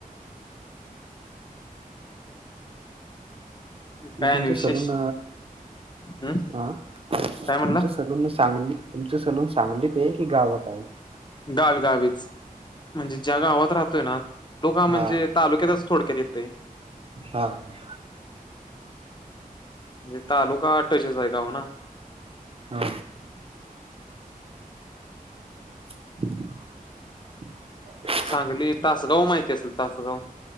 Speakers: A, on the left (about 30°); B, on the right (about 40°).
A: काय
B: तुमच
A: आणि विशेष
B: सलून
A: हम्
B: हा तुमच
A: काय म्हणला
B: सलून चांगली तुमची सलून सांगलीत आहे की गावात आहे
A: गावी गावीच म्हणजे ज्या गावात राहतोय ना लो का म्हणजे
B: हा
A: तालुक्यात थोडक्या देतय
B: हा ह
A: म्हणे तालुका अटचेच आहे का हो ना
B: हा <inaudible>
A: सांगली तासगाव माहिती असेल तासगाव